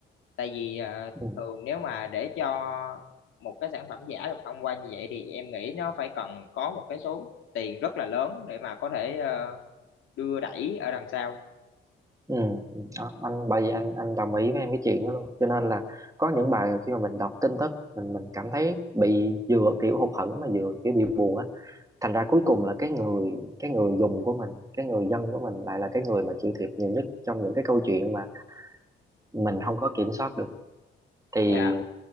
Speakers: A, on the left; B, on the right.
A: tại vì ờ,
B: ừ
A: thường nếu mà để cho một cái sản phẩm giả được thông qua như vậy thì em nghĩ nó phải cần có một cái số tiền rất là lớn để mà có thể ờ, đưa đẩy ở đằng sau
B: ừ ừ. đó, anh bởi vì anh anh đồng ý với em cái chuyện đó luôn cho nên là có những bài khi mà mình đọc tin tức mình mình cảm thấy bị vừa kiểu hụt hẫng mà vừa kiểu bị buồn á thành ra cuối cùng là cái người cái người dùng của mình cái người dân của mình lại là cái người mà chịu thiệt nhiều nhất trong những cái câu chuyện mà mình không có kiểm soát được thì
A: và